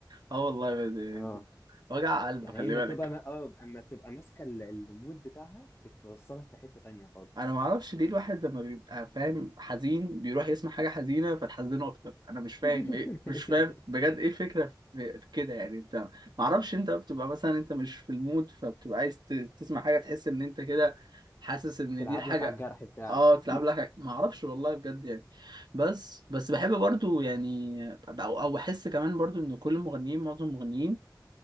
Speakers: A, on the right (about 65°); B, on the left (about 30°).
A: اه والله ب-
B: اه
A: ب- وجع قلب
B: يعني
A: خلي
B: هي ما
A: بالك
B: بتبقى ما... اه اما بتبقى ماسكه ال- المود بتاعها بتوصلك في حته تانية خالص
A: انا ما اعرفش ليه الواحد لما بيبقى فاهم حزين بيروح يسمع حاجه حزينه فتحزنه اكتر انا مش فاهم
B: <laughs>
A: ايه مش فاهم بجد ايه الفكره في في كده يعني انت ما اعرفش انت بتبقى مثلا انت مش في المود فبتبقى عايز ت- تسمع حاجه تحس ان انت كده حاسس ان
B: تلعب
A: دي الحاجه
B: لك على الجرح بتاعك
A: اه تلعب لها حاجه ما اعرفش والله بجد يعني بس بس بحب برضو يعني او او احس كمان برضو ان كل المغنيين معظم المغنيين